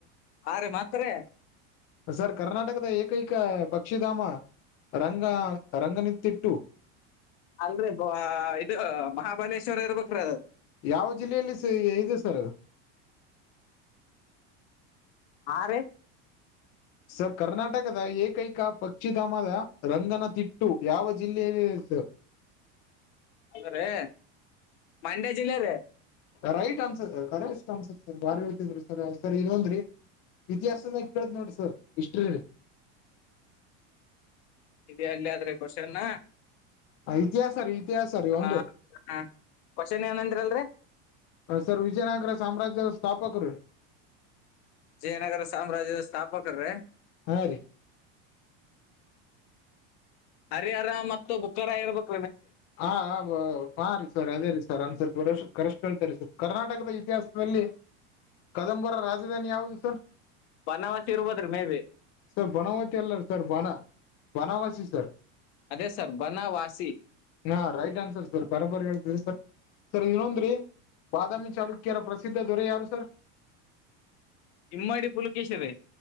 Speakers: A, on the left; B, on the left.
A: ಹಾ ರ ಮಾತ್ರಾರೆ
B: ಸರ್ ಕರ್ನಾಟಕದ ಏಕೈಕ ಪಕ್ಷಿಧಾಮ ರಂಗ ರಂಗನಿತ್ಯ ತ ತಿಟ್ಟು
A: ಅಲ್ರಿ ಬ ಇದು ಮಹಾಬಲೇಶ್ವರ ಇರ್ಬೇಕ್ರಿ ಅದು
B: ಯಾವ ಜಿಲ್ಲೆಯಲ್ಲಿ ಇದೆ ಸರ್ ಅದು
A: ಹಾ ರೀ
B: ಸರ್ ಕರ್ನಾಟಕದ ಎ ಕೈಕ ಪ ಪಕ್ಷಿಧಾಮದ ರಂಗನತಿಟ್ಟು ಯಾವ ಜಿಲ್ಲೆಯಲ್ಲಿ ಸರ್
A: ಅದ ರೀ ಮಂಡ್ಯ ಜಿಲ್ಲೆ ರೀ
B: right answer correct answer sir ಬಾರ್ ಹೇಳ್ತಿದ್ರಿ ಸರ್ ಸರಿ ಇ ಒನ್್ರರಿ ಇತಿಹಾಸ ಕಳ್ತ ನೋಡಿ ಸರ್ ಹಿಸಟ್ರಲ್ಲಿ
A: ಇ ಅಲ್ಲಿ ಆದ್ರೆ ಬರ್ಷನ
B: ಇತಿಹಾಸ ರೀ ಇತಿಹಾಸ ರೀ
A: ಹಾ
B: ಒಂದು
A: ಹ ಕ್ವೆಶ್ಚನ್ ಏನಂದ್ರಿ ಅಲ್ರಿ
B: ಸರ್ ವಿಜಯನಗರ ಸಾಮ್ರಾಜ್ಯದ ಸ್ಥಾಪಕರು
A: ವಿಜಯನಗರ ಸಾಮ್ರಾಾಜ್ಯ ಸ್ಥಾಪಕರ ರ
B: ಹಾ ರೀ
A: ಹರಿಹರ ಮತ್ತು ಬುಕ್ಕಾರ ಇರ್ಬೇಕು
B: ಹಾ ಹಾ ರೀ ಸರ್ ಅದೇ ರೀ ಸರ್ ಅಂದ್ ಸ್ವಲ್ಪ್ರ <unintelligible> ಹೇಳ್ತಾರೆ ಸರ್ ಕರ್ನಾಟಕದ ಇತಿಹಾಸದಲ್ಲಿ ಕದಂಬರ ರಾಜಧಾನಿ ಯಾವುದು ಸರ್
A: ಬನವಾಸಿ ಇರ್ಬೋದ್ರಿ ಮೇ ಬಿ
B: ಸರ್ ಬನವಾಸಿ ಎಲ್ಲಾರ ಸರ್ ಬಣ ಬನವಾಸಿ ಸರ್
A: ಅದೇ ಸರ್ ಬನವಾಸಿ
B: ಹಾ ರೈಟ್ ಆನ್ಸರ್ ಸರ್ ಬರಾಬರಿ ಹೇಳ್ತರಿ ಸರ್ ಸರ್ ಇನ್ನೊಂದ್ರೀ ಬಾದಾಮಿ ಚಾಲುೂಕ್ಯರ ಪ್ರಸಿದ್ಧ ದೊರೆ ಯಾರು ಸರ್
A: ಇಮ್ಮಡಿ ಪುಲಕೇಶಿರಿ